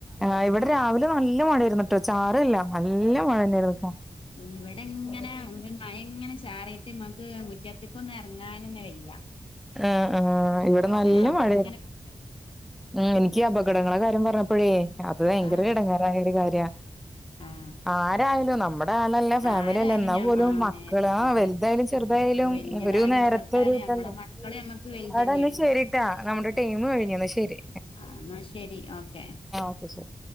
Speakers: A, in the centre; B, on the left.
A: ആ ഇവിടെ രാവിലെ നല്ല മഴയിരുന്നിട്ടോ ചാറല്ല നല്ല മഴന്നൊയിരുന്നട്ടോ.
B: ഇവിടെങ്ങനെ മഴങ്ങനെ ചാറിട്ട് നമക്ക് മുറ്റത്തക്കന്ന് ഇറങ്ങാൻ തന്നെ വയ്യ.
A: ആ ആ ഇവിടെ
B: ഒക്കെ
A: നല്ല
B: ഇങ്ങനെ
A: മഴ
B: <unintelligible>
A: മ് എനിക്ക് അപകടങ്ങളെ കാര്യം പറഞ്ഞപ്പോഴേ അത് ഭയങ്കര
B: ആഹ്
A: എടങ്ങാരായ ഒരു കാര്യാ
B: ആഹ്
A: ആരായാലും നമ്മുടെ ആലല്ല ഫാമിലി
B: ആരായാലും
A: അല്ല ന്നാ
B: ഞാ
A: പോലും
B: ആഹ്
A: മക്കള
B: നേരെ
A: ആ
B: അതെ
A: വലുതായാലും
B: അതെ
A: ചെറുതായാലും
B: മക്കള് വല്യതായാലും
A: ഒരു നേരത്തെ
B: ചെറുതായാലും
A: ഒരുതല്ലേ.
B: നമ്മളെ മക്കള് നമ്മക്ക് വലുതന്നെയാണ്
A: അവിടെന്ന് ശെരിട്ടാ നമ്മുടെ ടൈം കഴിഞ്ഞന്നശരി.
B: ആ ന്നാ ശരി ഓക്കെ.
A: ആ ഓക്കെ ശരി.